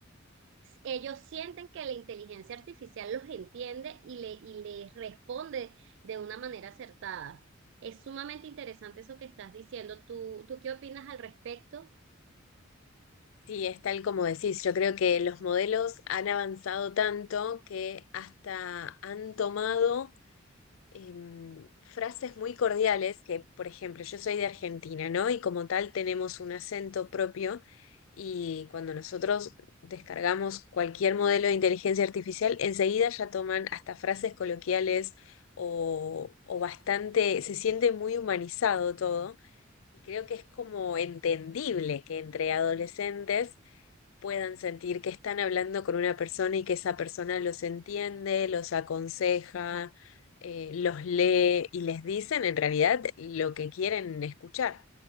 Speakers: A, on the right; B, on the left.
A: ellos sienten que la inteligencia artificial los entiende y, le, y les responde de una manera acertada. Es sumamente interesante eso que estás diciendo. ¿Tú, tú qué opinas al respecto?
B: Sí, es tal como decís. Yo creo que los modelos han avanzado tanto que hasta han tomado em, frases muy cordiales que, por ejemplo, yo soy de Argentina, ¿no? Y como tal tenemos un acento propio y cuando nosotros descargamos cualquier modelo de inteligencia artificial, enseguida ya toman hasta frases coloquiales o, o bastante, se siente muy humanizado todo. Y creo que es como entendible que entre adolescentes puedan sentir que están hablando con una persona y que esa persona los entiende, los aconseja, eh, los lee y les dicen en realidad lo que quieren escuchar,